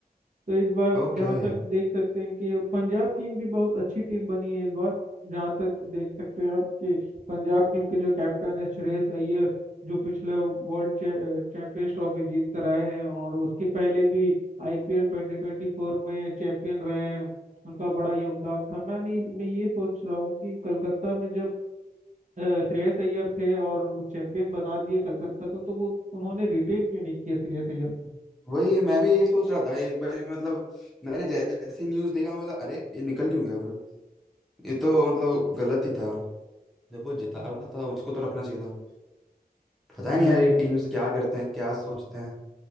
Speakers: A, on the right; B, in the centre.
A: तो इस बार
B: ओके
A: जहाँ तक देख सकते हैं कि पंजाब टीम भी बहुत अच्छी टीम बनी है इस बार जहाँ तक देख सकते हैं आप कि पंजाब टीम के जो कैप्टन है श्रेयस अय्यर जो पिछला वर्ल्ड चैंपियंस ट्रॉफी जीत कर आए हैं और उसके पहले भी आईपीएल 2024 में चैंपियन रहे हैं उनका बड़ा योगदान था मैं नहीं मैं ये सोच रहा हूँ कि कलकत्ता में जब अ, श्रेयस अय्यर थे और वो चैंपियन बना दिए कलकत्ता को तो वो उन्होंने रिटेन क्यों नहीं किया श्रेयस अय्यर को
B: वही मैं भी यही सोच रहा था एक बार मतलब मैंने जैसी न्यूज देखा मैं बोला अरे ये निकल क्यों गया ये तो मतलब गलत ही था जब वो जिता
A: हम्म,
B: रहा था उसको तो रखना चाहिए था पता ही नहीं
A: जी
B: यार ये
A: बिल्कुल
B: टीम्स क्या करते हैं क्या सोचते हैं